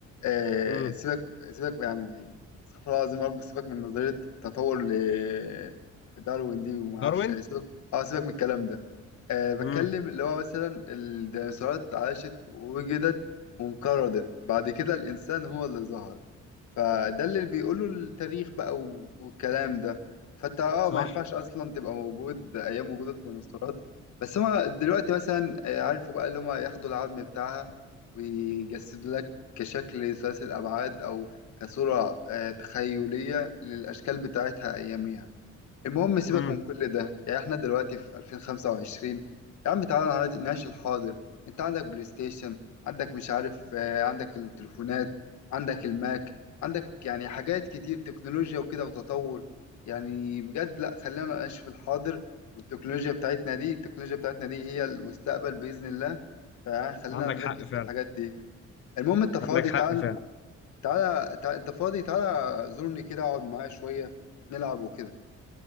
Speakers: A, on the left; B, on the left.
A: آه
B: امم
A: سيبك سيبك يعني استغفر الله العظيم يا رب سيبك من نظريه تطور ل- داروين دي وما
B: داروين
A: اعرفش إيه، سيبك اه سيبك من الكلام ده آه بتكلم
B: امم
A: اللي هو مثلا الديناصورات عاشت ووجدت وانقرضت بعد كده الانسان هو اللي ظهر فده اللي بيقوله التاريخ بقى و- والكلام ده فانت اه
B: صح
A: ما ينفعش اصلا تبقى موجود ايام وجود الديناصورات بس هما دلوقتي مثلا آه، عرفوا بقى اللي هما ياخدوا العظم بتاعها ويجسد لك كشكل ثلاثي الأبعاد أو كصورة آه، تخيلية للأشكال بتاعتها أياميها المهم سيبك
B: امم
A: من كل ده يعني إحنا دلوقتي في 2025 يا عم تعالى نعاد- نعيش الحاضر أنت عندك بلاي ستيشن عندك مش عارف آه، عندك التليفونات عندك الماك عندك يعني حاجات كتير تكنولوجيا وكده وتطور يعني بجد لا خلينا نعيش في الحاضر والتكنولوجيا بتاعتنا دي التكنولوجيا بتاعتنا دي هي المستقبل بإذن الله فخلينا
B: عندك
A: نركز
B: حق فعلا
A: في الحاجات دي المهم انت فاضي
B: عندك حق
A: تعال
B: فعلا
A: تعالى تعال انت فاضي تعالى زورني كده اقعد معايا شوية نلعب وكده